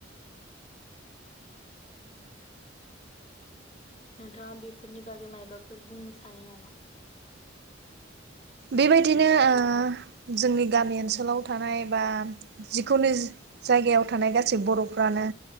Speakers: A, on the left; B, on the right.
A: नोंथाङा बि फोरनि बागै माइबा फोर बुंनो सानो नामा?
B: बेबायदिनो
A: हेलौ
B: ओ जोंनि गामि ओनसोलाव थानाय बा जिखुनु जायगायाव थानाय गासै
A: उम
B: बर'फ्रानो